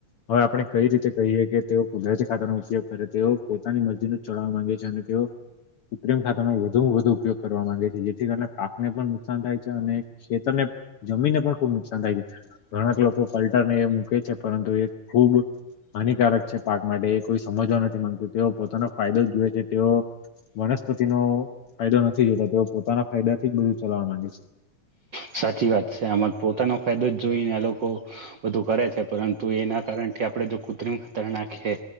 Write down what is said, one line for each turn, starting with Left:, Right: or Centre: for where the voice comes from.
Left: હવે આપણે કઈ રીતે કહીએ કે તેઓ કુદરતી ખાતાનો ઉપયોગ કરે તેઓ પોતાની મસ્જિદ જ ચડવા માંગે છે અને તેઓ કૃત્રિમ ખાતાનો વધુ વધુ ઉપયોગ કરવા માંગે છે જેથી કરી પાક એને પણ નુકસાન થાય છે અને ખેતરને જમીનને પણ ખુબ નુકસાન થાય છે ઘણાક લોકો પલટા ને મૂકે છે. છે પરંતુ એ ખૂબ હાનિકારક. પાક માટે કોઈ સમજવા નથી માંગતું તેઓ પોતાનો ફાયદો જ જોએ છે તેઓ વનસ્પતિનો ફાયદો નથી જોતા તેઓ પોતાના ફાયદાથી બધું ચલાવા માંગે છે.
Right: સાચી વાત છે આમાં પોતાનો ફાયદો જ જોઈને આ લોકો બધું કરે છે. પરંતુ એના કારનથી આપણે જો કૂત્રમ ખતર નાખીએ